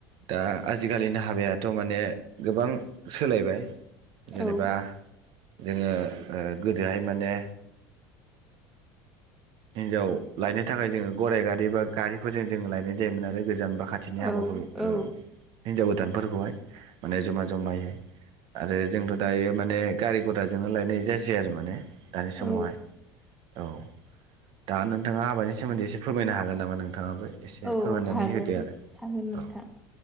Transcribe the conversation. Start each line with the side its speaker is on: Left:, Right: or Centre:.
Right: दा आजिखालिनि हाबायाथ' माने गोबां सोलायबाय जेनेबा
Centre: औ
Right: जोङो गोदोहाय माने हिनजाव लायनो थाखाय जोङो गराइ गारि बा गारिफोरजों जोङो लायनाय जायोमोन आरो गोजान ब्रि साखाथिनि
Centre: औ
Right: हाबाफोर हिनजाव
Centre: औ
Right: गोदानफोरखौहाय माने जमा जमायै आरो जोंथ' दायो माने गारि गघथाजोंनो लायनाय जासै आरो माने दानि समावहाय
Centre: औ
Right: औ दा नोंथाङा हाबानि सोमोन्दै एसे फोरमायनो हागोन नामा नोंथाङाबो एसे
Centre: औ
Right: फोरमायनानै
Centre: हागोन
Right: होदो आरो
Centre: हागोन नोंथां
Right: औ